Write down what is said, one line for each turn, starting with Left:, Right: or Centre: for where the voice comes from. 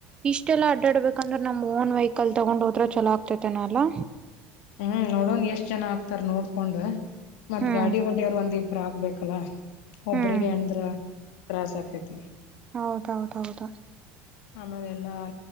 Right: ಇಷ್ಟೆಲ್ಲ ಅಡ್ಡಾಡ್ಬೇಕಂದ್ರೆ ನಮ್ ಓನ್ ವೆಹಿಕಲ್ ತಗೊಂಡ್ ಹೋದ್ರೆ ಚಲೋ ಆಗ್ತೈತೆೇನಲ್ಲಾ
Left: ಹ್ಮ್ ನೋಡನ್ ಎಷ್ಟ್ ಚನ ಆಗ್ತಾರ ನೋಡ್ಕೊಂಡ್ ಮತ್
Right: ಹ್ಮ್
Left: ಗಾಡಿ ಹೊಡ್ಯರು ಒಂದ ಇಬ್ರ ಆಗ್ಬೇಕಲ್ಲ ಒಬ್ರಿಗೆ
Right: ಹ್ಮ್
Left: ಅಂದ್ರ ತ್ರಾಸ ಆಕೇತಿ
Right: ಹೌದೌದೌದು
Left: ಆಮದೆ ಎಲ್ಲ ಆ